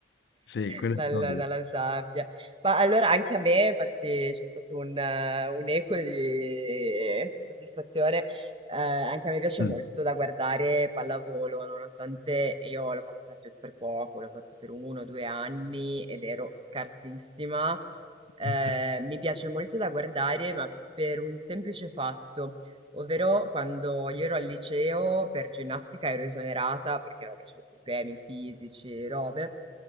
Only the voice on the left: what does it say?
sì, quella
è storica.
Mm.
<laughs>